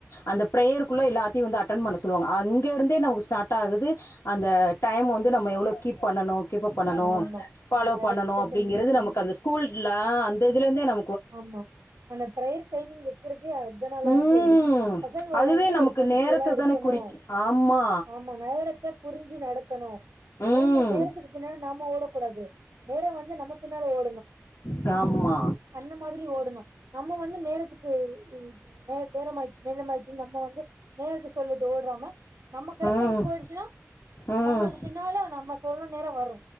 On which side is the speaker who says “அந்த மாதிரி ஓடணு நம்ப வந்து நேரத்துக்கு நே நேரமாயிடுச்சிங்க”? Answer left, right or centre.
Right